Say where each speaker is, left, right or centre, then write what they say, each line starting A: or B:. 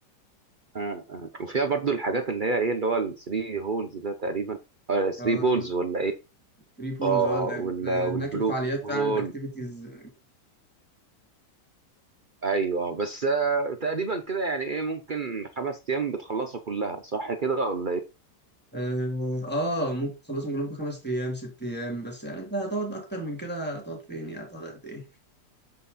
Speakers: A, on the right; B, in the centre.
A: أمم، أمم. وفيها برضو الحاجات اللي هي ايه اللي هو الثري هولز ده تقريبا اه ثري
B: آه،
A: بولز ولا ايه
B: الثري بولز
A: اه وال- والبلو
B: هناك الفعاليات
A: هول
B: فعلا الاكتيفيتيز
A: ايوه بس آه، تقريبا كده يعني ايه ممكن خمس ايام بتخلصها كلها صح كده ولا ايه
B: اه آه، ممكن تخلصهم كلهم في خمس ايام ست ايام بس يعني انت هتقعد اكتر من كده هتقعد فين يعني هتقعد قد ايه